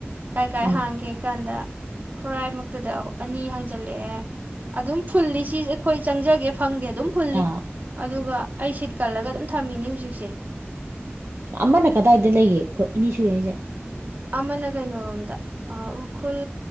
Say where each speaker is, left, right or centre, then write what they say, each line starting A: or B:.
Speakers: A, on the right; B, on the right.
A: ꯀꯥꯏ ꯀꯥꯏ
B: ꯎꯝ
A: ꯍꯥꯡꯒꯦ ꯀꯥꯟꯗ ꯈꯨꯔꯥꯏꯃꯛꯇꯗ ꯑꯅꯤ ꯍꯥꯡꯖꯜꯂꯛꯑꯦ ꯑꯗꯨꯝ ꯐꯨꯜꯂꯤ ꯁꯤ ꯑꯩꯈꯣꯏ ꯆꯪꯖꯒꯦ ꯐꯪꯗꯦ ꯑꯗꯨꯝ ꯐꯨꯜꯂꯤ
B: ꯑꯥ
A: ꯑꯗꯨꯒ ꯑꯩ ꯁꯤꯠ ꯀꯜꯂꯒ ꯑꯗꯨꯝ ꯊꯝꯃꯤꯅꯤ ꯍꯧꯖꯤꯛꯁꯦ
B: ꯑꯃꯅ ꯀꯗꯥꯏꯗ ꯂꯩꯒꯦꯣꯠ ꯑꯅꯤ ꯁꯨꯏ ꯍꯥꯏꯁꯦ
A: ꯑꯃꯅ ꯀꯩꯅꯣꯔꯣꯝꯗ ꯎꯈ꯭ꯔꯨꯜ